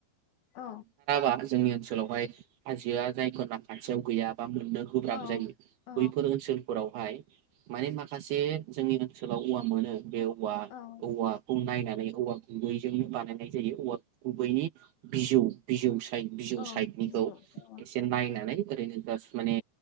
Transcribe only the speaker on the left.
औ
औ
औ
औ
औ
बिजौ औ